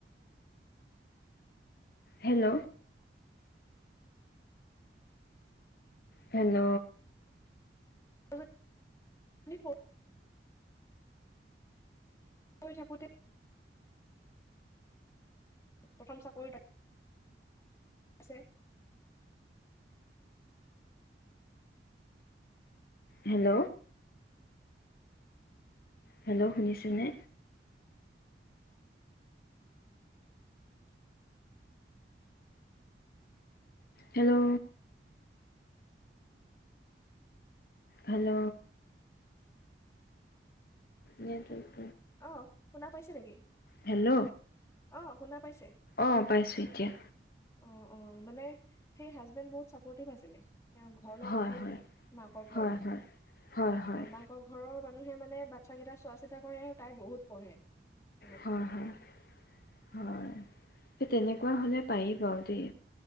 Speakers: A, on the left; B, on the left.
A: হেল্ল'। হেল্ল'।
B: <unintelligible> প্ৰথম থাকোঁতে প্ৰথম চাকৰিৰ আছে।
A: হেল্ল'। হেল্ল' শুনিছেনে। হেল্ল'। হেল্ল। <inaudible>
B: অহ শুনা পাইছে নেকি
A: হেল্ল'
B: অহ শুনা পাইছে
A: অঁ পাইছোঁ এতিয়া
B: অ অ মানে সেই হাজবেণ্ বহুত চাপৰ্টিভ আছিলে তেওঁ ঘৰলে
A: হয়
B: পঠাই
A: হয়
B: দিয়ে মাকৰ ঘৰলে
A: হয় হয় হয় হয়
B: আৰু মাকৰ ঘৰৰ মানুহে মানে বাচ্চা কেইটা চোৱা চিতা কৰে আৰু তাই বহুত পঢ়ে তেনেকুৱা
A: হয় হয় হয় সেই তেনেকুৱা হ'লে পাৰি বাৰু দেই